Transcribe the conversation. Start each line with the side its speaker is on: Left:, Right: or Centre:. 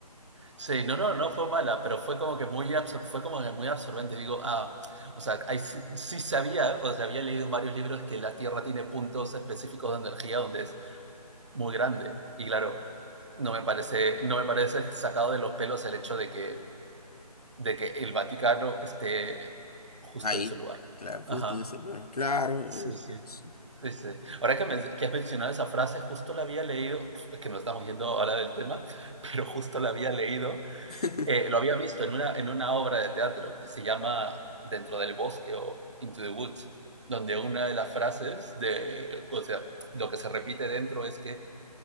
Right: Sí, no, no, no fue mala, pero fue como que muy, absor- fue como que muy absorbente. Digo, ah, o sea, ahí sí, sí sabía, o sea, había leído en varios libros que la Tierra tiene puntos específicos de energía donde es muy grande. Y claro, no me parece, no me parece sacado de los pelos el hecho de que, de que el Vaticano esté justo
Left: Ahí,
Right: en ese lugar.
Left: claro,
Right: Ajá.
Left: justo en ese lugar. Claro,
Right: Sí,
Left: eh,
Right: sí.
Left: eso.
Right: Sí, sí. Ahora que, men- que has mencionado esa frase, justo la había leído, pf, es que nos estamos yendo ahora del tema, <laughs> pero justo la había leído,
Left: <laughs>
Right: eh, lo había visto en una, en una obra de teatro que se llama Dentro del bosque o Into the Woods, donde una de las frases de, o sea, lo que se repite dentro es que